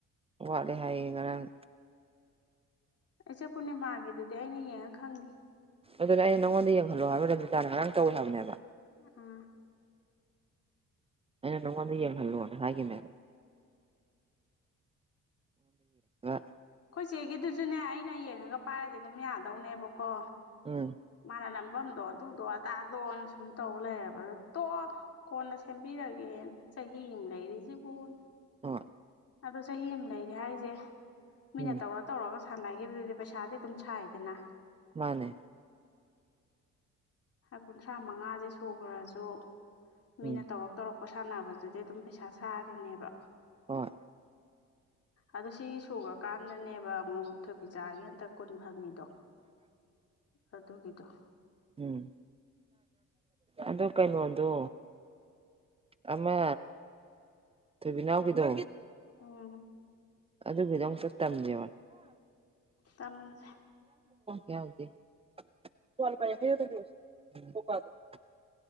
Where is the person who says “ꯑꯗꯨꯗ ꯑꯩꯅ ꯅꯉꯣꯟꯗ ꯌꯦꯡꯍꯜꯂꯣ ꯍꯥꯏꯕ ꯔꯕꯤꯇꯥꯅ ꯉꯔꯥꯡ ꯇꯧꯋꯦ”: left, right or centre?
Right